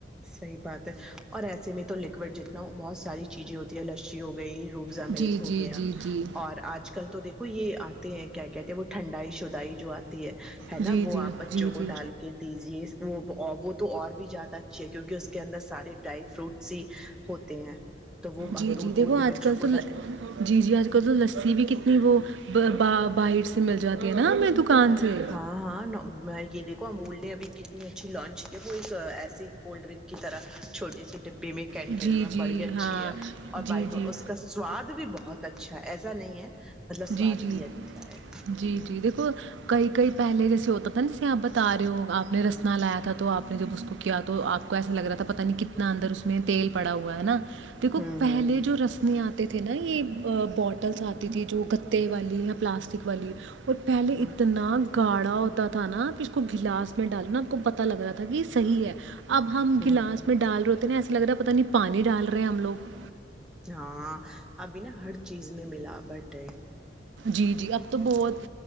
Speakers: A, in the centre; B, on the right (about 80°).
A: صحیح بات ہے اور ایسے میں تو لکوڈ جتنا ہو بہت ساری چیزیں ہوتی ہے لچی ہو گئی روبزا
B: جی
A: ملک ہو
B: جی
A: گیا
B: جی جی
A: اور آج کل تو دیکھ یہ آتے ہیں کیا کہتے ہیں وہ ٹھنڈائی شدائی جو آتی ہے
B: جی
A: نا وہ
B: جی
A: آپ بچوں
B: جی
A: کو
B: جی
A: ڈال کے دیجے وہ وہ تو اور بھی زیادہ ا کیونکہ اس کے اندر سارے ڈرائی فروٹس ہی ہوتے ہیں تو وہ
B: جی
A: ہم دودھ
B: جی دیکھو
A: وودھ
B: آج
A: میں بچوں
B: کل
A: کو
B: تو
A: ڈا
B: جی جی آج کل تو لسی بھی کتنی وہ باہر سے مل جاتی ہے نا دکان سے
A: ہاں ہاں یہ دیکھو امول نے ابھی کتنی اچھی لانچ کی وہ اس ایسی کولڈ ڈرنک کی طرح چھوے سی ڈبی بیم کینٹینر
B: جی
A: میں
B: جی
A: بڑی اچھی
B: ہاں
A: ہے اور
B: جی
A: بائی
B: جی
A: کو اس کا سواد بھی بہت اچھا ہے ایسا نہیں ہے مطلب سواد
B: جی جی
A: بھی اچھا ہے
B: جی جی دیکھو کئی کئی پہلے جیسے ہوتا تھا نا جیے آپ بتا رہے ہو آپ نے رسنا لایا تھا تو آپ نے جب اس کو کیا تو آپ کو ایسا لگ رہا تھا پتاہ نہیں کتنا اندر اس میں تیل پڑا ہوا ہے نا دیکھو
A: ہوں
B: پہلے جو رسمیں آتے تھے نا یہ بوٹلس آتی تھی جو گ تے والییا پلاسٹک والی اور پہلے
A: ہوں
B: اتنا گاڑھا ہوتا تھا نا پھر اس کو گلاس میں ڈالناا آپ کو پت لگ رہا تھا کہ صحیح ہے اب ہم
A: ہ
B: گلاس
A: ہ
B: میں ڈال رہ ہوتے نا ایسا لگ رہا ہے پتا نہیں پانی ڈال رہے ہیں ہم لوگ
A: ہاں ابھی نا ہر چیز میں ملاوٹ ہے
B: جی جی اب تو بہت